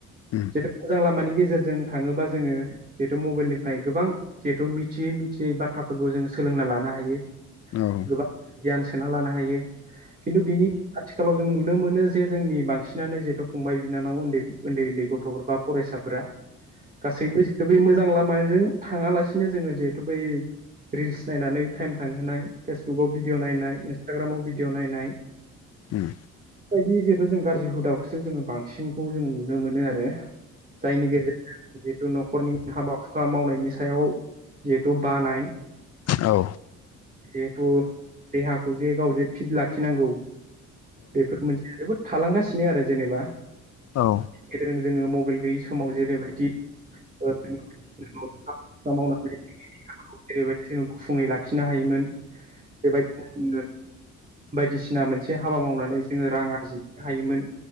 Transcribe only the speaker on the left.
उम
औ
उम
औ
औ